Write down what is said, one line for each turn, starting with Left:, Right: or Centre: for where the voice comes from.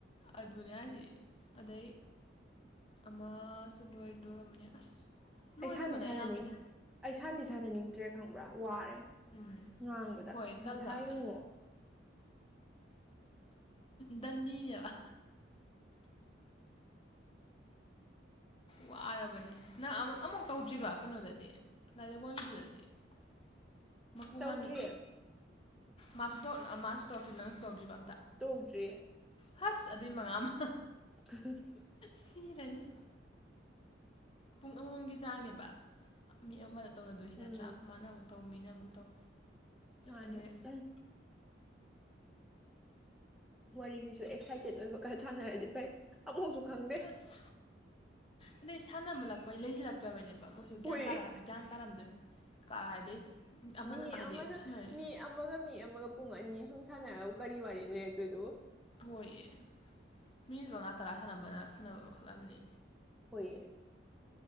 Left: ꯑꯗꯨꯅꯦ ꯍꯥꯏꯁꯤ ꯑꯗꯩ ꯑꯃꯁꯨ ꯂꯣꯏꯗꯧꯔꯝꯕꯅꯦ ꯑꯁ ꯂꯣꯏꯗꯕꯅ
Centre: ꯑꯩ ꯁꯥꯟꯗꯤ ꯁꯥꯟꯅꯅꯤꯡ
Left: ꯌꯥꯝꯃꯤꯗ
Centre: ꯑꯩ ꯁꯥꯟꯗꯤ ꯁꯥꯟꯅꯅꯤꯡꯗ꯭ꯔꯦ ꯈꯪꯕ꯭ꯔꯥ ꯋꯥꯔꯦ꯫
Left: ꯎꯝ
Centre: ꯉꯥꯡꯕꯗ
Left: ꯍꯣꯏ
Centre: ꯉꯁꯥꯏ
Left: ꯇꯜꯂꯕꯅꯦ
Centre: ꯌꯦꯡꯉꯣ
Left: ꯗꯟꯗꯤꯅꯦꯕ ꯋꯥꯔꯕꯅꯦ ꯅꯪ ꯑꯃꯨꯛ ꯑꯃꯨꯛ ꯇꯧꯗ꯭ꯔꯤꯕ ꯀꯩꯅꯣꯗꯗꯤ ꯂꯥꯏꯔꯒꯣꯟꯒꯤꯗꯨꯗꯗꯤ <unintelligible> ꯃꯄꯨ
Centre: ꯇꯧꯗ꯭ꯔꯤꯌꯦ
Left: ꯃꯥꯟꯕꯤꯗꯣ ꯃꯥꯁꯨ ꯗꯣꯠ ꯃꯥꯁꯨ ꯇꯧꯔꯛꯇ꯭ꯔꯤ ꯅꯪꯁꯨ ꯇꯧꯗ꯭ꯔꯤꯕ ꯑꯝꯇ
Centre: ꯇꯧꯗ꯭ꯔꯤꯌꯦ
Left: ꯐꯥꯁ ꯑꯗꯨꯏ ꯃꯉꯥ ꯑꯃ
Centre: ꯑ <unintelligible>
Left: ꯁꯤꯔꯅꯤ ꯄꯨꯡ ꯑꯃꯃꯝꯒꯤ ꯆꯥꯡꯅꯦꯕ ꯃꯤ ꯑꯃꯅ ꯇꯧꯅꯗꯣꯏꯁꯤ ꯅꯠꯇ꯭ꯔꯥ
Centre: ꯎꯝ
Left: ꯃꯥꯅ ꯑꯃꯨꯛ ꯇꯧ ꯃꯤꯅ ꯑꯃꯨꯛ ꯇꯧ
Centre: ꯃꯥꯅꯦ
Left: ꯑꯗꯩ
Centre: ꯎꯝ꯫ ꯋꯥꯔꯤꯁꯤꯁꯨ ꯑꯦꯛꯁꯥꯏꯇꯦꯠ ꯑꯣꯏꯕ ꯈꯔ ꯁꯥꯟꯅꯔꯗꯤ ꯐꯩ ꯑꯃꯨꯛꯁꯨ ꯈꯪꯗꯦ
Left: ꯑꯁ ꯑꯗꯩ ꯁꯥꯟꯅꯕ ꯂꯥꯛꯄꯩ ꯂꯩꯖꯜ ꯐꯈ꯭ꯔꯕꯅꯦꯕ ꯃꯣꯏꯁꯨ ꯒꯌꯥꯟ
Centre: ꯍꯨꯏꯌꯦ
Left: ꯇꯥꯔꯛ ꯒ꯭ꯌꯥꯟ ꯇꯥꯔꯝꯗꯣꯏ ꯀꯔꯥꯏꯗꯩ ꯑꯃꯅ
Centre: ꯃꯤ
Left: ꯍꯥꯏꯗꯤ ꯁꯥꯟꯅꯔꯤ
Centre: ꯃꯤ ꯑꯃꯒ ꯃꯤ ꯑꯃꯒ ꯄꯨꯡ ꯑꯅꯤ ꯁꯨꯝ ꯁꯥꯟꯅꯔꯕꯨ ꯀꯔꯤ ꯋꯥꯔꯤ ꯂꯩꯔꯛꯇꯣꯏꯗꯨꯕꯨ
Left: ꯍꯣꯏꯌꯦ ꯃꯤ ꯃꯉꯥ ꯇꯔꯥ ꯁꯥꯟꯅꯕꯅ ꯁꯥꯟꯅꯕ ꯃꯈꯜ ꯑꯃꯅꯤ꯫
Centre: ꯍꯣꯏꯌꯦ